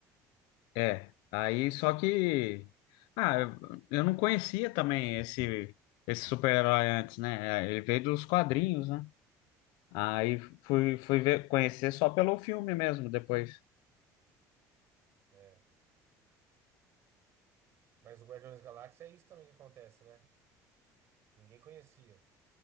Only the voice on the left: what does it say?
É, aí só que ah, eu eu não conhecia também esse esse super-herói antes, né? É, Ele veio dos quadrinhos, né? Aí fui fui ver, conhecer só pelo filme mesmo depois.